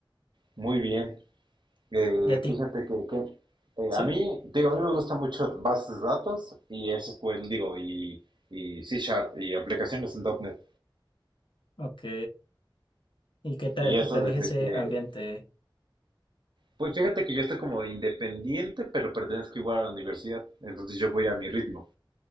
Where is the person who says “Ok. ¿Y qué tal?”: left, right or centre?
Left